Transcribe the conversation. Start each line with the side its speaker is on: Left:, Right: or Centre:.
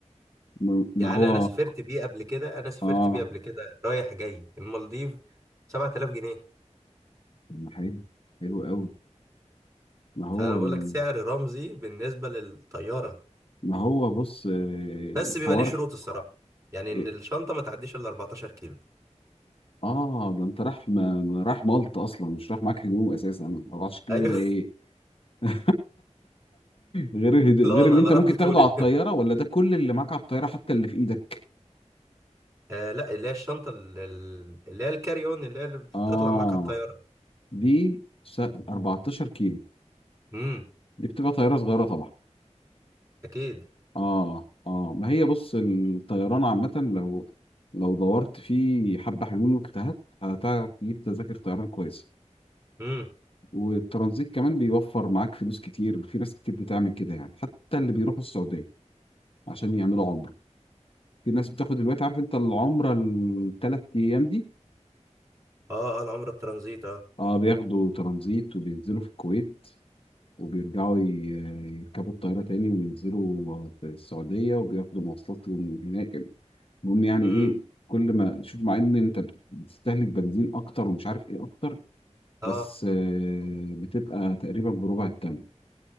Left: ما ما
Right: يعني
Left: هو
Right: انا أنا سافرت بيه قبل كده انا سافرت
Left: اه
Right: بيه قبل كده رايح جاي المالديف 7000 جنيه
Left: طب ما حلو حلو قوي ما هو
Right: فانا
Left: ال...
Right: بقول لك سعر رمزي بالنسبه للطياره
Left: ما هو بص آه،
Right: بس بيبقى
Left: حوار
Right: ليه شروط الصراحه يعني ان
Left: اه
Right: الشنطه ما تعديش الا 14 كيلو
Left: آه، ده انت راح ما... راح مالطا اصلا مش راح معاك هدوم اساسا 14 كيلو
Right: ايوه
Left: ده ايه
Right: <laughs>
Left: <laughs> غير الهدو...
Right: لا
Left: غير
Right: انا
Left: اللي
Right: انا
Left: انت
Right: راح
Left: ممكن
Right: بطولي
Left: تاخده على الطياره
Right: <laughs>
Left: ولا ده كل اللي معاك على الطياره حتى اللي في ايدك
Right: آه لا اللي هي الشنطة ال- ال- اللي هي الكاري اون اللي هي اللي بتطلع
Left: اه
Right: معاك على الطيارة
Left: دي س... 14 كيلو
Right: امم
Left: دي بتبقى طياره صغيره طبعا
Right: اكيد
Left: اه اه ما هي بص الطيران عامه لو لو دورت في حبه حلول واجتهدت هتعرف تجيب تذاكر طيران كويسه
Right: امم
Left: والترانزيت كمان بيوفر معاك فلوس كتير في ناس كتير بتعمل كده يعني حتى اللي بيروحوا السعودية عشان يعملوا عمرة في ناس بتاخد دلوقتي عارف انت العمرة الثلاث ايام دي
Right: اه اه العمرة الترانزيت اه
Left: اه بياخدوا ترانزيت وبينزلوا في الكويت وبيرجعوا ي- يركبوا الطيارة تاني وينزلوا في السعودية وبياخدوا مواصلات من هناك المهم يعني
Right: امم
Left: ايه كل ما شوف مع ان انت بتستهلك بنزين اكتر ومش عارف ايه اكتر
Right: اه
Left: بس آه، بتبقى تقريبا بربع الثمن